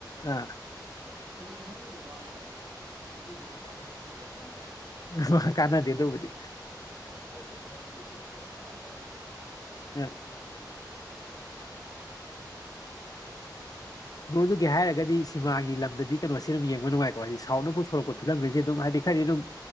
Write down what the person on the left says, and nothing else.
ꯑꯥ
ꯋꯥ ꯀꯥꯅꯗꯦ ꯑꯗꯨꯕꯨꯗꯤ
<unintelligible>
ꯕꯔꯣ ꯑꯗꯨꯒꯤ ꯍꯥꯏꯔꯒꯗꯤ ꯁꯤꯃꯥꯒꯤ ꯂꯝꯗꯗꯤ ꯀꯩꯅꯣꯁꯤ ꯑꯗꯨꯝ ꯌꯦꯡꯕ ꯅꯨꯡꯉꯥꯏꯀꯣ ꯍꯥꯏꯗꯤ ꯁꯥꯎꯠꯅ ꯄꯨꯊꯣꯔꯛꯄ ꯐꯤꯂꯝꯒꯩꯁꯦ ꯑꯗꯨꯝ ꯍꯥꯏꯗꯤ ꯈꯔꯗꯤ ꯑꯗꯨꯝ